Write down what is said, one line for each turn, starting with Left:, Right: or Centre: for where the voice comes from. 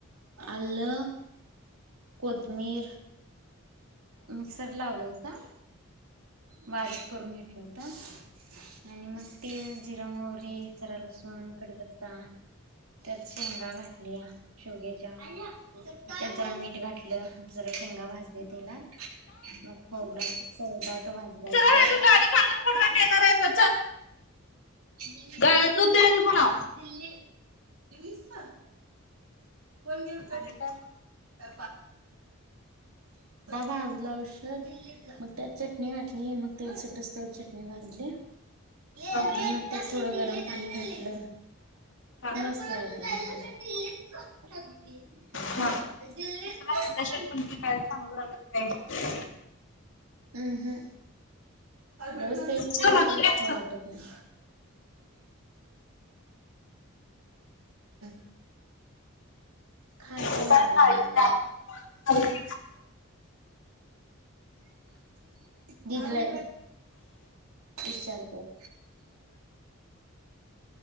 Right: आलं कोथमीर मिक्सर लावला होता. बारीक करून घेतलं होता. आणि मग तीळ, जिरा मोहरी, जरा लसूण, कडीपत्ता त्यात शेंगा घाटल्या. शेवग्याच्या, त्यात जरा मीठ घातलं, जरा शेंगा भाजल्या तेलात मग खोबर आणि शेंगदान भाजायचं.
Left: जरा आहे तू गाडी खांदेकरला नेणार आहे तर
Right: <unintelligible>
Left: आई दूध द्याली म्हनाव
Right: दिल्ली दिललीस म कोण गेलत?
Left: आणि काय मग?
Right: <unintelligible> भाजला उशर मग त्यात चटणी वाटली, मग तेल सुटस तवर चटणी भाजली. आणि
Left: हा
Right: मग त्यात थोडं गरम पाणी घातलं.
Left: हा
Right: मस्त वाटते आमटी अशी हू.
Left: हा
Right: दिल्लीत
Left: उशिरा
Right: ना
Left: वाजल्याशिवाय
Right: <unintelligible>
Left: पण काय चांगल लागत नाही.
Right: उ हू. रोज तेच
Left: चल
Right: तेच
Left: मग
Right: तेच
Left: दूध घ्या
Right: खाऊं
Left: चल.
Right: वाटत नाही. <unintelligible> खालच्या
Left: काय
Right: घरात
Left: डाळीची
Right: आहे म् माई
Left: आमटी करता
Right: दीदीला इचारत्यात.